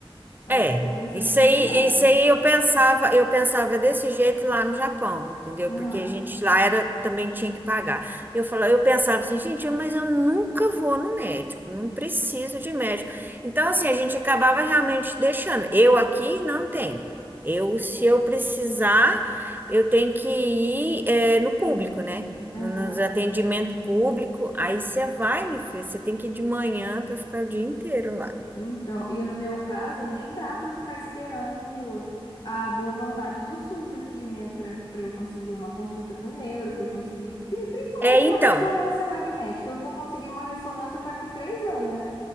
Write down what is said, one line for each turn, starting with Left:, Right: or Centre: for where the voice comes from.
Left: Aí
Right: É,
Left: eu tô pensando
Right: isso
Left: por esse
Right: aí,
Left: lado.
Right: isso aí eu pensava, eu pensava desse jeito lá no Japão, entendeu?
Left: Aham,
Right: Porque a gente lá era também tinha que pagar. Eu falava, eu pensava assim, gente, mas eu nunca vou no médico, não preciso de médico. Então assim, a gente acabava realmente deixando. Eu aqui não tenho. Eu, se eu precisar, eu tenho que ir eh, no público, né?
Left: aham.
Right: Nos atendimento público. Aí você vai, me filho, você tem que ir de manhã para ficar o dia inteiro lá.
Left: Então, e no meu caso, nem dá para eu ficar esperando a boa vontade do SUS aqui, né? Para para eu conseguir uma consulta com o neuro, para eu conseguir, pri- principalmente
Right: É, então.
Left: uma ressonância magnética. Eu vou conseguir uma ressonância para que três anos, né?